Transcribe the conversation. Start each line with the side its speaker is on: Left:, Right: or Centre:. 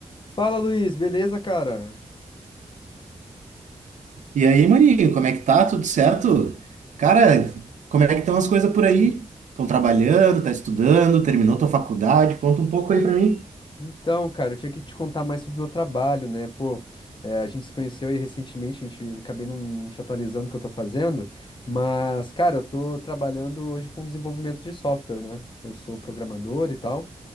Left: Fala, Luiz, beleza, cara?
Right: E aí, maninho, como é que tá? Tudo certo? Cara, como é que estão as coisas por aí? Estão trabalhando, tá estudando, terminou tua faculdade? Conta um pouco aí pra mim.
Left: Então, cara, eu tinha que te contar mais sobre o meu trabalho, né? Pô, é, a gente se conheceu aí recentemente, a gente acabei não te atualizando o que eu tô fazendo, mas, cara, eu tô trabalhando hoje com desenvolvimento de software, né? Eu sou programador e tal.